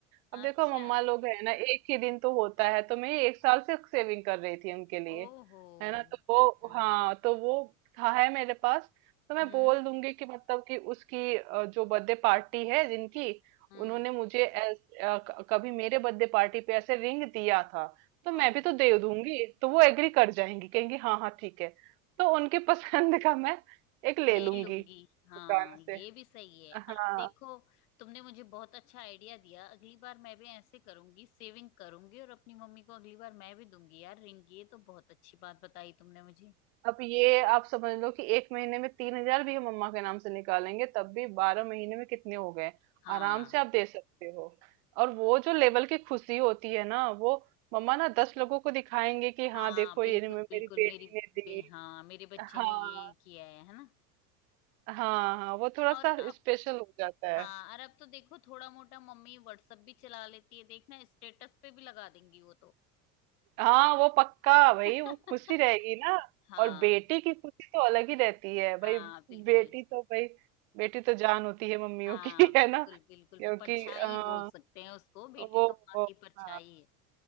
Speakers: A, on the right; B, on the left.
A: अब
B: अच्छा
A: देखो मम्मा लोग है ना एक ही दिन तो होता है तो मैं ये एक साल से सेविंग कर रही थी उनके लिए
B: ओहो
A: है ना तो वो
B: हम्म
A: हाँ तो वो था है मेरे पास तो मैं
B: हम्म
A: बोल दूंगी कि मतलब कि उसकी अ, जो बर्थडे पार्टी है जिनकी
B: हम्म
A: उन्होंने मुझे ऐस- अ, क- कभी मेरे बर्थडे पार्टी पे ऐसे रिंग दिया था तो मैं
B: ओहो
A: भी तो दे दूंगी तो वो एग्री कर जाएंगी कहेंगी हाँ हाँ ठीक है तो उनकी <laughs> पसंद का मैं एक ले
B: ले
A: लूंगी
B: लूंगी
A: दुकान
B: हाँ
A: से
B: ये भी सही है
A: हाँ,
B: और देखो तुमने मुझे बहुत अच्छा आइडिया दिया अगली बार मैं भी ऐसे करूंगी सेविंग करूंगी और अपनी मम्मी को अगली बार मैं भी दूंगी यार रिंग ये तो बहुत अच्छी बात बताई तुमने मुझे
A: अब ये आप समझ लो कि 1 महीने में 3000 भी हम मम्मा के नाम से निकालेंगे तब भी 12 महीने में कितने हो गए?
B: हाँ
A: आराम से आप दे सकते हो। और वो जो लेवल की खुशी होती है ना, वो मम्मा ना 10 लोगों को दिखाएंगे कि हाँ
B: हाँ
A: देखो
B: बिल्कुल
A: ये मे-
B: बिल्कुल
A: मेरी बेटी
B: मेरी
A: ने दी।
B: बे, हाँ मेरे बच्चे
A: हाँ,
B: ने ये किया है है ना
A: हाँ, हाँ, वो थोड़ा
B: और
A: सा
B: अब
A: स्पेशल हो जाता है।
B: हाँ और अब तो देखो थोड़ा मोटा मम्मी व्हाट्सएप भी चला लेती है देखना स्टेटस पे भी लगा देंगी वो तो
A: हाँ वो पक्का भाई
B: <laughs>
A: वो खुशी रहेगी ना
B: हाँ
A: और बेटी की खुशी तो अलग ही रहती है भाई
B: हाँ बिल्कुल
A: बेटी तो भाई बेटी तो जान होती है मम्मियों
B: हाँ
A: की <laughs>
B: बिल्कुल
A: है ना क्योंकि
B: बिल्कुल परछाई
A: आ,
B: बोल सकते हैं उसको बेटी
A: वो,
B: तो माँ
A: वो
B: की परछाई
A: हाँ
B: है